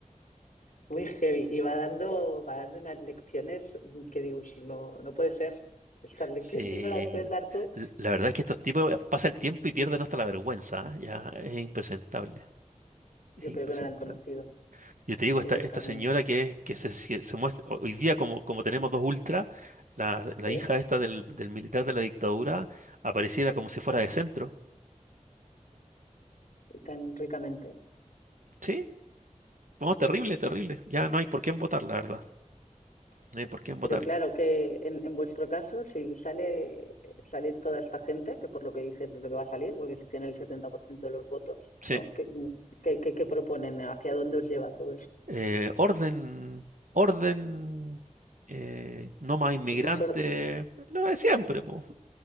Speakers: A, on the left; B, on the right.
A: Muy heavy. Y va dando, va dando unas lecciones mm, que digo, "Pues no, no puede ser. Estas lecciones
B: sí,
A: <laughs> no las puedes dar tú.
B: la la verdad es que estos tipos eh, pasa el tiempo y pierden hasta la vergüenza, ¿ah? Ya es impresentable, es
A: Yo
B: impresentable.
A: creo que no la han conocido.
B: Yo te digo, esta,
A: directamente,
B: esta señora que, es- que se, se- se muestra, hoy día como, como tenemos dos ultras, la, la
A: ¿sí?
B: hija esta del, del militar de la dictadura apareciera como si fuera de centro.
A: Y Tan ricamente.
B: Sí, no, terrible, terrible. Ya no hay por quién votar, la verdad. No hay por quién votar.
A: Pero claro que en, en vuestro caso, si sale, sale toda esta gente, que por lo que dices es lo que va a salir, porque si tiene el 70% de los votos,
B: Sí.
A: ¿no? ¿Qué, qué, qué- qué proponen? ¿Hacia dónde os lleva todo eso?
B: eh, orden, orden, eh, no más inmigrantes,
A: Más orden.
B: lo de siempre, po.